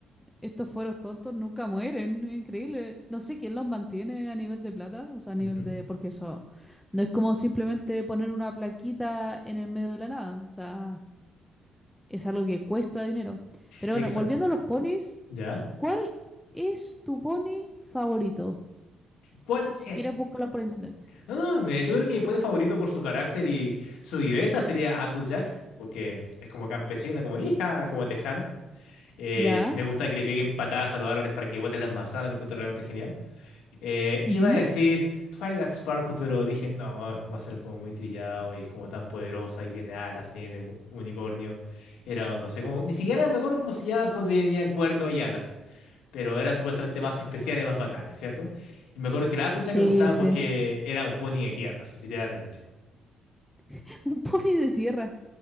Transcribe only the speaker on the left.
Ujú.
Exacto.
¿Ya?
¿Cuál
es?
No, no, me- yo creo que mi puente favorito por su carácter y su viveza sería Applejack, porque es como campesina, como hija, como tejana. Eh,
me gusta que le peguen patadas a los árboles para que boten las manzanas, lo encuentro realmente genial. Eh,
iba a decir Twilight Sparkle, pero dije, no, va a ser como muy trillado y es como tan poderosa y tiene alas, tiene un unicornio. Era, no sé cómo, ni siquiera me acuerdo cómo se llama cuando tenían cuerno y alas. pero eran supuestamente más especiales, más bacanes, ¿cierto? Y me acuerdo que la Applejack
me gustaba
porque era un pony de tierras, literalmente.